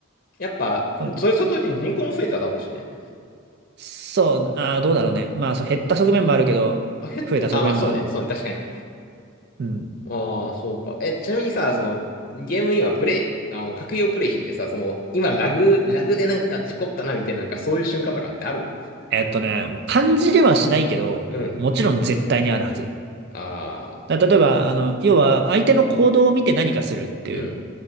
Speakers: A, on the left; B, on the right.
A: やっぱ、
B: うん
A: それと同時に人口も増えただろうしね。
B: そう、あーどうだろうね。まあ、そう、減った側面もあるけど、
A: あ、減ったあ、
B: 増えた側面もある。
A: まあそうね。そうね。確かに。
B: うん。
A: ああ、そうか。え、ちなみにさ、その、ゲーム今プレイ、あの、格ゲーをプレイしててさ、その、今ラグ、ラグでなんか事故ったなみたいな、なんかそういう瞬間とかってあるの
B: えっとね、まあ感じではしないけど、
A: うん。
B: もちろん絶対にあるはず。
A: ああ、
B: だ例えば、あの、要は、相手の行動を見て何かするっていう
A: うん。